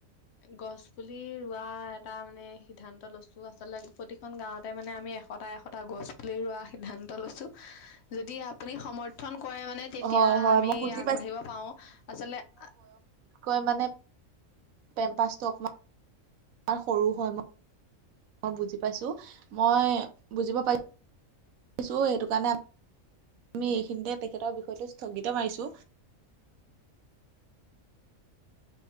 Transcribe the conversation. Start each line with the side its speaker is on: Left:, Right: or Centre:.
Left: গছ পুলি ৰোৱা এটা মানে, সিদ্ধান্ত লৈছো আচলতে প্ৰতি খন গাঁৱতে মানে আমি এটা এশটা গছ পুলি ৰুৱা সিদ্ধান্ত লৈছোঁ যদি আপুনি সমৰ্থন কৰেই মানে তেতিয়া
Right: হয় হয়
Left: আমি
Right: মই বুজি
Left: আগবাঢ়িব পাৰো আচলতে
Right: কৈ মানে অকমান সৰু হয় ম মই বুজি পাইছো, মই বুজিব পাইছো ছো সেইটো কাৰণে আমি এইখিনিতে তেখেতৰ বিষয়টো স্থগিত মাৰিছো